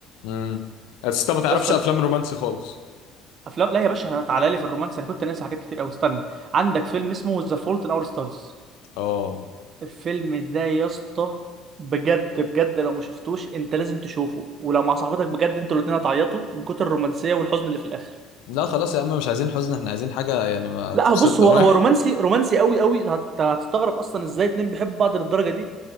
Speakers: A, on the left; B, on the right.
A: امم بس أنت ما تعرفش
B: يا اسطى
A: أفلام رومانسي خالص
B: افلام لا يا باشا تعالى لي في الرومانس انا كنت ناسي حاجات كتير قوي استنى عندك فيلم اسمه ذا فولت ان اور ستارز
A: آه
B: الفيلم ده يا اسطى بجد بجد لو ما شفتوش انت لازم تشوفه ولو مع صاحبتك بجد انتوا الاتنين هتعيطوا من كتر الرومانسيه والحزن اللي في الاخر
A: لا خلاص يا عم مش عايزين حزن احنا عايزين حاجة يعني ما
B: لا
A: تبسطنا
B: هو بص هو هو رومانسي
A: <laughs>
B: رومانسي قوي قوي هت- هتستغرب اصلا ازاي اتنين بيحبوا بعض للدرجه دي